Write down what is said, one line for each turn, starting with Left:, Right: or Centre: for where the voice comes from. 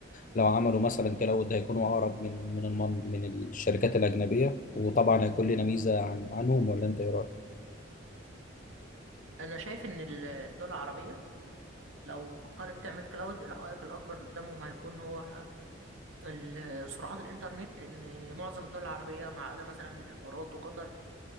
Left: لو عملوا مثلا كلاود هيكونوا اقرب من من المن- من الشركات الاجنبيه وطبعا هيكون لنا ميزه عن عنهم ولا انت ايه رايك
Right: انا شايف ان ال- الدول العربيه لو فكرت تعمل كلاود العائق الاكبر قدامهم هيكون هو ال- سرعات الإنترنت لأن معظم الدول العربية ما عدا مثلا الإمارات وقطر